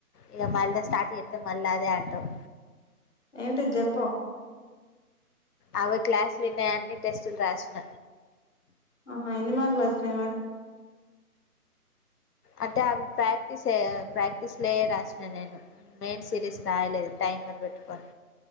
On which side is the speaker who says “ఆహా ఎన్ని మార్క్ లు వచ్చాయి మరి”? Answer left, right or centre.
Left